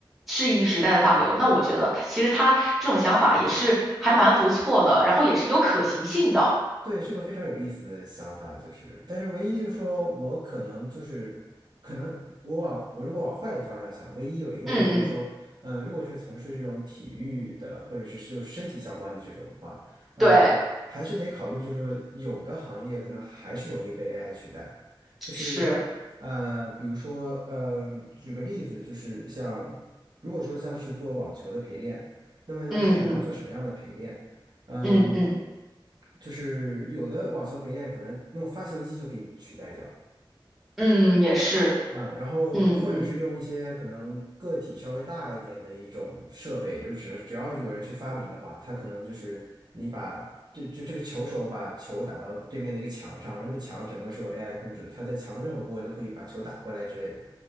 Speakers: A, in the centre; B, on the right.
A: 适应时代的大流。那我觉得他其实他这种想法也是还蛮不错的，然后也是有可行性的。
B: 对，是个非常有意思的想法，就是，但是唯一就是说我可能就是，可能我往我如果往坏的方向想，唯一有一个问题就是说，
A: 嗯嗯，
B: 嗯、如果是从事这种体育的或者是就是身体相关的这种的话，嗯、
A: 对，
B: 还是得考虑，就是说有的行业可能还是容易被 AI 取代，就是，
A: 是，
B: 呃，比如说，嗯、举个例子，就是像如果说像是做网球的陪练，那么要看你要做什么样的陪练。
A: 嗯嗯
B: 嗯，
A: 嗯嗯
B: 就是有的网球陪练可能用发球机就可以取代掉，
A: 嗯，也是，
B: 嗯，然后或者是用一些可能个体稍微大一点的一种设备，
A: 嗯嗯
B: 就只只要有人去发明的话，它可能就是你把就就这个球手把球打到对面的一个墙上，而这个墙整个是由 AI 控制的，它在墙的任何部位都可以把球打回来之类的。